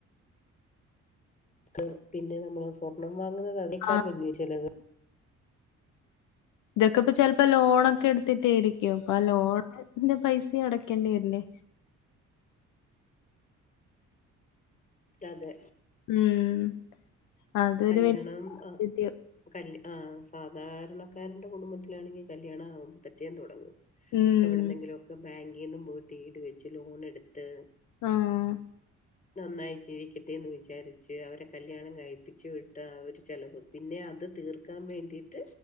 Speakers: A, on the left; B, on the left.
A: ക്ക് പിന്നെ നമ്മള് സ്വർണ്ണം വാങ്ങുന്നത് അതിനേക്കാൾ
B: ആ.
A: വല്ലിയ ചെലവ്.
B: ഇതൊക്കെ ഇപ്പ ചെലപ്പോ ലോണൊക്കെ എടുത്തിട്ടായിരിക്കും അപ്പൊ ആ ലോണിന്റെ പൈസയും അടക്കേണ്ടി വരില്ലേ?
A: അതെ
B: ഉം അതൊരു
A: കല്യാണം
B: വലിയ
A: ആ
B: <unintelligible>
A: കല് ആ സാധാരണക്കാരന്റെ കുടുംബത്തിലാണെങ്കി കല്യാണം ആകുമ്പോ പിറ്റേന്ന് തൊടങ്ങും.
B: ഉം.
A: എവിടുന്നെങ്കിലും ഒക്കെ ബാങ്കിൽ നിന്നും പോയിട്ട് ഈട് വെച്ച് ലോൺ എടുത്ത്-
B: ആഹ്
A: നന്നായി ജീവിക്കട്ടെ എന്ന് വിചാരിച്ച് അവരെ കല്യാണം കഴി- ച്ചവിട്ട ആ ഒരു ചെലവ് പിന്നെ അത് തീർക്കാൻ വേണ്ടിട്ട്